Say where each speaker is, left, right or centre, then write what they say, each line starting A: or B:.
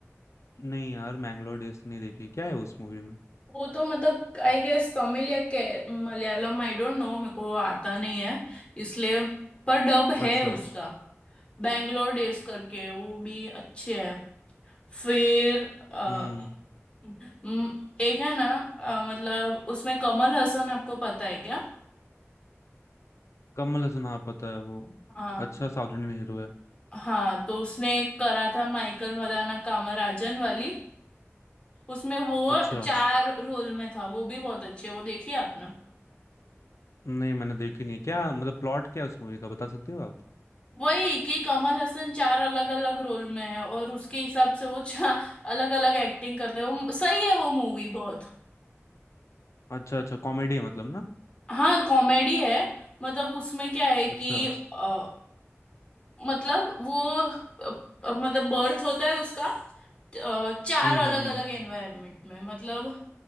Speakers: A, on the left; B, on the left.
A: नहीं यार मैंगलोर डेज तो नहीं देखी क्या है उस मूवी में
B: वो तो मतलब आई गेस तमिल या के मलयालम आई डोंट नो मेरे को आता नहीं है इसलिए पर डब है
A: अच्छा
B: उसका बैंगलोर डेज करके वो भी अच्छे है फिर अ,
A: हम्म
B: म, एक है ना अ, मतलब उसमें कमल हसन आपको पता है क्या
A: कमल हसन हाँ पता है वो
B: हाँ
A: अच्छा साउथ इंडियन हीरो है
B: हाँ तो उसने एक करा था माइकल मदाना कामराजन वाली उसमें वो
A: अच्छा
B: चार रोल में था वो भी बहुत अच्छी है वो देखिए आपने
A: नहीं मैंने देखी नहीं क्या मतलब प्लॉट क्या है उस मूवी का बता सकते हो आप
B: वही कि कमल हसन चार अलग अलग रोल में है और उसके हिसाब से वो चार अलग अलग एक्टिंग <laughs> करते हैं वो सही है वो मूवी बहुत
A: अच्छा अच्छा कॉमेडी है मतलब ना
B: हाँ कॉमेडी है मतलब उसमें क्या है कि
A: अच्छा
B: अ, मतलब वो अ, अ, मतलब बर्थ होता है उसका अ, चार
A: हम्म
B: अलग
A: हम्म हम्म
B: अलग एनवायरनमेंट में मतलब